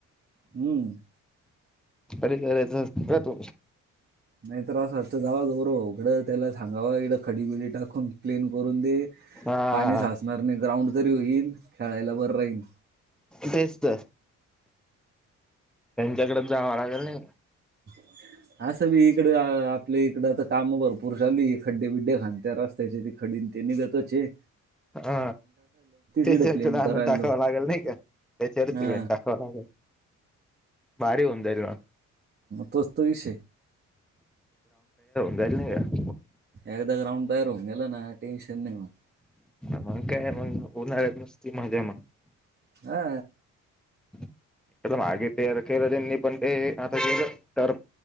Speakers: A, on the right; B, in the centre.
A: हम्म.
B: अरे खरच का तू.
A: नाही तर असं वाटतं जाव गौरव उघडं. त्याला सांगावा इकडं खडीबिडी टाकून प्लेन करून दे
B: हा
A: पाणी साचणार नाही ग्राउंड तरी होईल. येईल खेळायला बरं राहीन.
B: तेच तर. त्यांच्याकडे जावं लागेल नाही.
A: <inaudible> असं बी इकडे आपल्या इकडं आ काम भरपूर चाली खड्डे बिड्डे खात्या रस्त्याची ती खडी. ति निगतचय.
B: हा त्याच्या
A: इडं प्लेन
B: तुला
A: करायला
B: आणून टाकावं
A: लावून
B: लागेल नाही का. त्याचर सिमेंट
A: हा.
B: टाकवा लागल भारी होऊन जाईल.
A: तोच तो विष.
B: जाहिले का आहे.
A: एकदा गग्राउंड तयार होऊन गेला ना टेनशन नाही मग.
B: मग काय मग उन्हाळ्यात नुसती मजा मग.
A: हा
B: त्या मागे ते केेलं त्यांनी पण ते आता गेलं तर.